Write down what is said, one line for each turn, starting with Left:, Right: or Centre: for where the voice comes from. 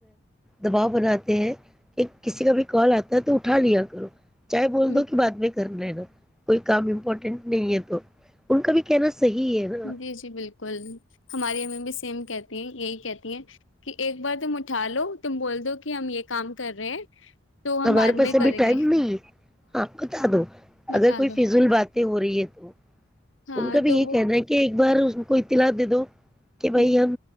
Centre: دباؤ بناتے ہیں کہ کسی کا بھی کال آتا ہے تو اٹھا لیا کرو چاہے بول
Left: ہیں
Centre: دو کہ بعد میں کرنا ہے نا کوئی کام امپورٹینٹ نہیں ہے تو ان کا بھی کہنا صحیح ہے نا
Left: جی جی بالکل ہماریے ہمیں بھی سم کہتی ہیں یہی کہتی ہیں کہ ایک بار تم اٹھا لو تم بول دو کہ ہم یہ کام کر رہے ہیں تو ہم
Centre: ہمارے
Left: بعد
Centre: پاس
Left: میں
Centre: ابھی
Left: کریں
Centre: ٹائم
Left: گے
Centre: نہیں ہے ہاں بتا دو
Left: بتا
Centre: اگر کوئی
Left: دو
Centre: فضل بات ت ہورییت
Left: ہاں
Centre: ان کا بھی
Left: تو
Centre: یہ
Left: وہ
Centre: کہنا ہے کہ <unintelligible> بار اس کوئی اطلاع دے دو کہ بھائی
Left: ہ
Centre: ہم